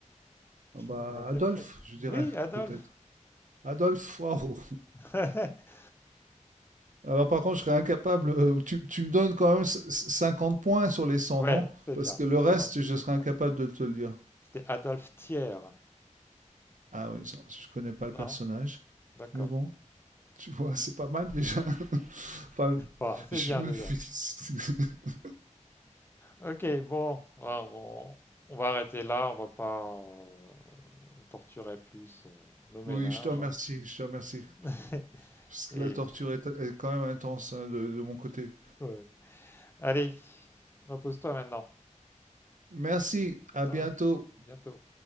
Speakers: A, on the right; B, on the left.
A: Ah Bah,
B: au XXe
A: Adolphe,
B: siècle.
A: je dirais,
B: Oui, Adolphe.
A: peut-être. Adolphe, waouh.
B: <laughs>
A: Alors, par contre, je serais incapable. euh, tu, tu me donnes quand même c- c- 50 points sur les 100,
B: Ouais,
A: non?
B: c'est
A: Parce
B: bien.
A: que
B: 50.
A: le reste, je serais incapable de te le dire.
B: C'était Adolphe Thiers.
A: Ah oui, ça, je connais pas le personnage.
B: Non, d'accord.
A: Mais bon, tu vois, c'est pas mal déjà. <laughs> Enfin,
B: Bon, c'est
A: je
B: bien
A: me
B: déjà.
A: félicite. <laughs>
B: Ok, bon, alors, on, on va arrêter là. On va pas euh, torturer plus euh, nos méninges.
A: Oui, je te remercie, je te remercie.
B: <laughs>
A: Parce que
B: Et
A: la torture est, est quand même intense hein, de de mon côté.
B: ouais. allez, repose-toi maintenant.
A: Merci, à
B: De
A: bientôt.
B: rien. Bientôt.